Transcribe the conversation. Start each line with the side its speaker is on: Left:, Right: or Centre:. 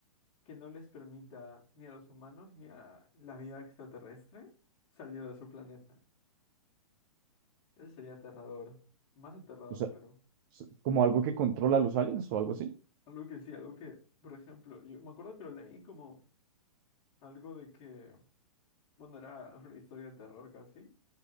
Left: que no les permita ni a los humanos ni a la vida extraterrestre salir de su planeta. Eso sería aterrador, más aterrador,
Right: o sea,
Left: creo.
Right: s- como algo que controla a los aliens o algo así.
Left: Algo que sí, algo que, por ejemplo, yo me acuerdo que lo leí como algo de que, bueno, era una historia de terror casi,